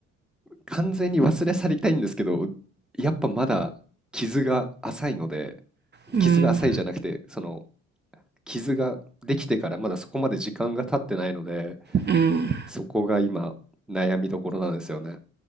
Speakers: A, in the centre; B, on the right.
A: 完全に忘れ去りたいんですけど、やっぱまだ傷が浅いので、
B: ううん
A: 傷が浅いじゃなくて、その傷ができてからまだそこまで時間が経ってないので、
B: うん
A: そこが今悩みどころなんですよね。